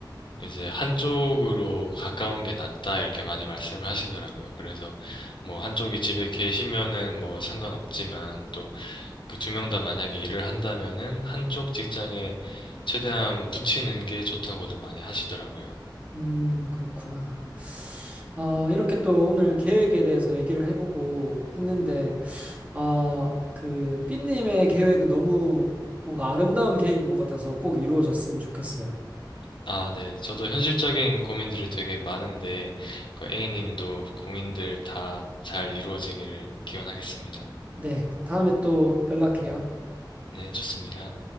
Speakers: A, on the left (about 80°); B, on the right (about 15°).
A: 이제 한쪽으로 가까운 게 낫다 이렇게 많이 말씀을 하시더라고요. 그래서 뭐 한쪽이 집에 계시면은 뭐 상관없지만 그 두 명 다 만약에 일을 한다면은 한쪽 직장에 최대한 붙이는 게 좋다고들 많이 하시더라고요.
B: 음, 그렇구나. 아, 이렇게 또 오늘 계획에 대해서 얘기를 해보고 했는데 아, 그 삐님의 계획은 너무 뭔가 아름다운 계획인 것 같아서 꼭 이루어졌으면 좋겠어요.
A: 아, 네. 저도 현실적인 고민들이 되게 많은데, 그 A님도 고민들 다 잘 이루어지기를 기원하겠습니다.
B: 네, 다음에 또 연락해요.
A: 네, 좋습니다.